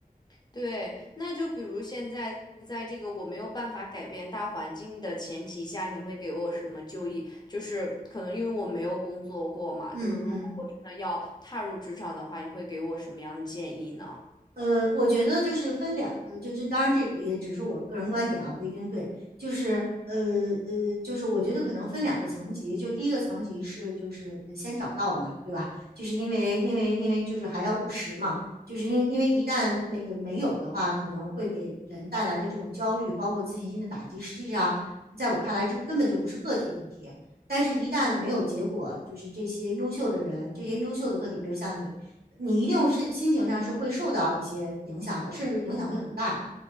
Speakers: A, on the left (about 25°); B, on the right (about 80°).
A: 对，那就比如现在在这个我没有办法改变大环境的前提下，你会给我什么就业？就是可能因为我没有工作过嘛，
B: 嗯嗯。
A: 就是如果我真的要踏入职场的话，你会给我什么样的建议呢？
B: 呃，我觉得就是分两呃，就就当然这个也只是我个人观点啊，不一定对。就是呃呃，就是我觉得可能分两个层级，就第一个层级是就是呃先找到嘛，对吧？就是因为因为因为就是还要务实嘛，就是因为因为一旦那个没有的话，可能会给人带来的这种焦虑，包括自信心的打击，实际上在我看来，这根本就不是个体问题。但是，一旦没有结果，就是这些优秀的人，这些优秀的个体，比如像你，你一定是心情上是会受到一些影响的，甚至影响会很大。